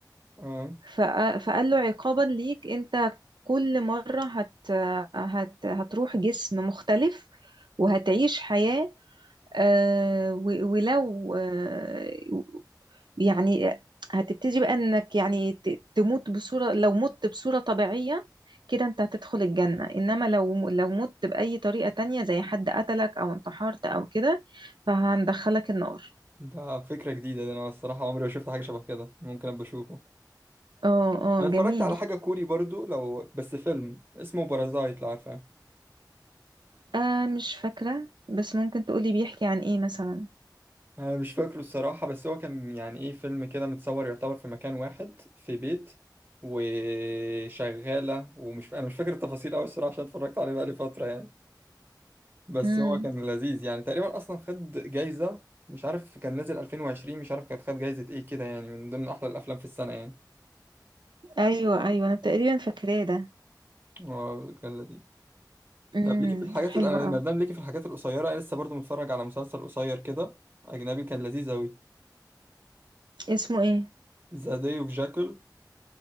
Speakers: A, on the right (about 25°); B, on the right (about 80°).
A: اه
B: فق- فقال له عقابا ليك انت كل مرة هت هت هتروح جسم مختلف وهتعيش حياة آه، و- ولو آه، يعني هتبتدي بقى انك يعني ت- تموت بصورة لو مت بصورة طبيعية كده انت هتدخل الجنة انما لو لو مت بأي طريقة تانية زي حد قتلك او انتحرت او كده فهندخلك النار
A: ده فكره جديده ده انا الصراحه عمري ما شفت حاجه شبه كده ممكن ابقى اشوفه
B: اه اه
A: انا اتفرجت
B: جميل
A: على حاجه كوري برضو لو بس فيلم اسمه بارازايت لو عارفه
B: آه مش فاكرة بس ممكن تقولي بيحكي عن ايه مثلا
A: أنا مش فاكره الصراحة بس هو كان يعني إيه فيلم كده متصور يعتبر في مكان واحد في بيت وشغالة ومش أنا مش فاكر التفاصيل أوي الصراحة عشان اتفرجت عليه بقالي فترة يعني بس
B: امم
A: هو كان لذيذ يعني تقريبا أصلا خد جايزة مش عارف كان نازل 2020 مش عارف كانت خد جايزة إيه كده يعني من ضمن أحلى الأفلام في السنة يعني
B: ايوه ايوه انا تقريبا فاكراه ده
A: هو كان لذيذ
B: امم
A: طب ليكي في الحاجات
B: حلو
A: اللي أنا
B: قوي
A: ما دام ليكي في الحاجات القصيرة أنا لسه برضه متفرج على مسلسل قصير كده أجنبي كان لذيذ أوي
B: اسمه ايه
A: ذا داي أوف جاكل